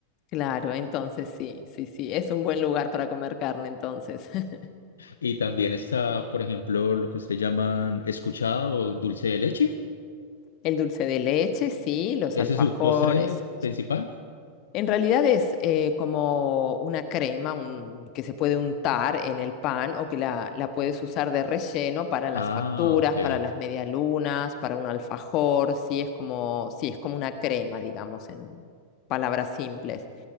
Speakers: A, on the left; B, on the left.
A: Claro, entonces sí, sí, sí. Es un buen lugar para comer carne, entonces. <laughs>
B: Y también está, por ejemplo, lo que ustedes llaman escuchado o dulce de leche.
A: El dulce de leche, sí,
B: ¿E-
A: los
B: ¿Ese
A: alfajores.
B: es su postre principal?
A: En realidad es eh, como una crema un- que se puede untar en el pan o que la, la puedes usar de relleno para las
B: Ah,
A: facturas,
B: ok.
A: para las medialunas, para un alfajor. Sí, es como, sí, es como una crema, digamos, en palabras simples,